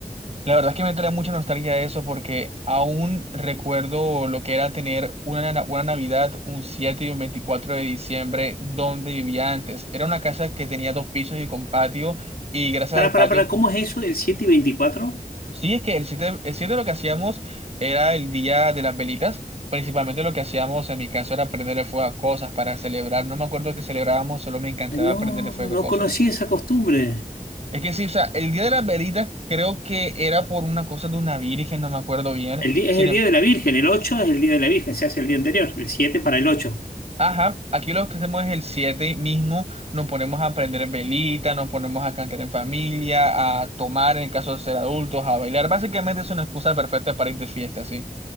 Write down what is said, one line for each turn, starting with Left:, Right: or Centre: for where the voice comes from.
Right: la verdad es que me trae mucha nostalgia eso porque aún recuerdo lo que era tener una, na- una Navidad un 7 y un 24 de diciembre donde vivía antes. Era una casa que tenía dos pisos y con patio y gracias
Left: Para,
Right: al
Left: para,
Right: patio
Left: para, ¿cómo es eso del siete y 24?
Right: Sí, es que el 7, el 7 lo que hacíamos era el día de las velitas. Principalmente lo que hacíamos en mi caso era prenderle fuego a cosas para celebrar. No me acuerdo que celebrábamos, solo me encantaba
Left: Ah, No,
Right: prenderle fuego
Left: no
Right: a cosas.
Left: conocí esa costumbre.
Right: Es que sí, o sea, el día de las velitas creo que era por una cosa de una virgen, no me acuerdo bien.
Left: El día,
Right: Sin
Left: es el
Right: em-
Left: día de la Virgen, el ocho es el día de la Virgen, se hace el día anterior, el 7 para el ocho.
Right: ajá, aquí lo que hacemos es el 7 mismo, nos ponemos a prender velitas, nos ponemos a cantar en familia, a tomar en caso de ser adultos, a bailar. Básicamente es una excusa perfecta para ir de fiesta, sí.